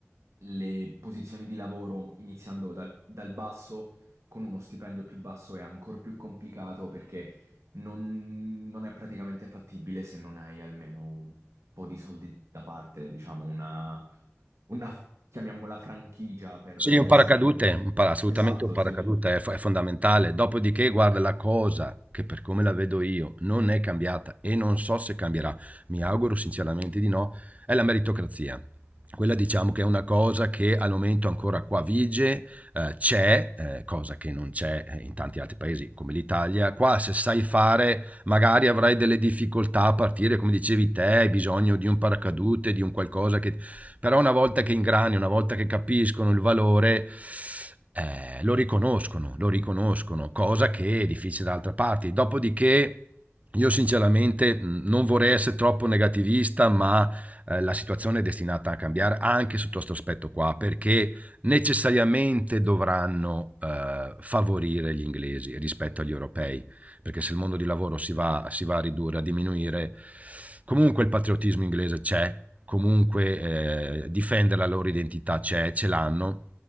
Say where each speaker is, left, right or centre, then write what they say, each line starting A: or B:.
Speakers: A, on the right; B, on the right.
A: le posizioni di lavoro iniziando dal dal basso con uno stipendio più basso è ancora più complicato perché non, non è praticamente fattibile se non hai almeno un po' di soldi da parte, diciamo una, una chiamiamola franchigia per
B: Sì,
A: essere
B: un paracadute,
A: un...
B: un para- assolutamente
A: Esatto,
B: un paracadute
A: sì.
B: è, fo- è fondamentale. Dopodiché, guarda, la cosa che per come la vedo io non è cambiata e non so se cambierà, mi auguro sinceramente di no, è la meritocrazia. Quella diciamo che è una cosa che al momento ancora qua vige, eh, c'è, eh, cosa che non c'è eh, in tanti altri paesi come l'Italia. Qua se sai fare magari avrai delle difficoltà a partire, come dicevi te, hai bisogno di un paracadute, di un qualcosa che però una volta che ingrani, una volta che capiscono il valore, eh, lo riconoscono, lo riconoscono, cosa che è difficile da altre parti. Dopodiché, io sinceramente mh, non vorrei essere troppo negativista, ma eh, la situazione è destinata a cambiare anche sotto questo aspetto qua, perché necessariamente dovranno eh, favorire gli inglesi rispetto agli europei perché se il mondo di lavoro si va, si va a ridurre, a diminuire, comunque il patriottismo inglese c'è, comunque eh, difendere la loro identità c'è, ce l'hanno.